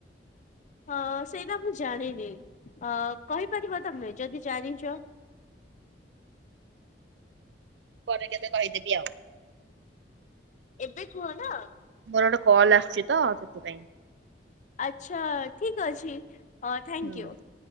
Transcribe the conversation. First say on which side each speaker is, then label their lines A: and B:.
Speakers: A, on the left (about 45°); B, on the right (about 70°).
A: ଅ ସେଇଟା ମୁଁ ଜାଣିନି ଅ କହିପାରିବ ତମେ ଯଦି ଜାଣିଚ?
B: ପରେ କେବେ କହିଦେବି ଆଉ।
A: ଏବେ କୁହ ନା।
B: ମୋର ଗୋଟେ କଲ୍ ଆସଚି ତ ସେଥିପାଇଁ।
A: ଆଚ୍ଛା ଠିକ୍ ଅଛି ଅ ଥ୍ୟାଙ୍କୟୁ।
B: ହୁଁ।